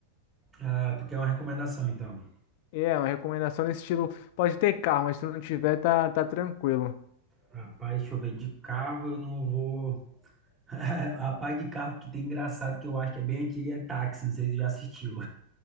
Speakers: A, on the right (about 20°); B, on the left (about 45°).
A: Ah, tu quer uma recomendação, então?
B: E É, uma recomendação nesse estilo. Pode ter carro, mas se não tiver, tá, tá tranquilo.
A: Rapaz, deixa eu ver. De carro eu não vou. <laughs> Rapaz, de carro que tem engraçado, que eu acho que é bem antigo, é táxi. Não sei se tu já assistiu.